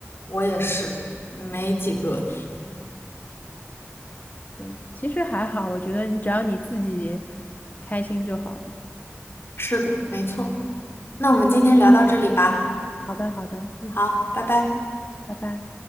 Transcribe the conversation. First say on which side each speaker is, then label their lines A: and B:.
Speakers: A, on the left; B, on the left.
A: 我也是没几个。
B: 对，其实还好，我觉得你只要你自己开心就好了。
A: 是的，没错。那我们今天聊到这里吧。
B: OK，好的好的，嗯，
A: 好，拜拜。
B: 拜拜。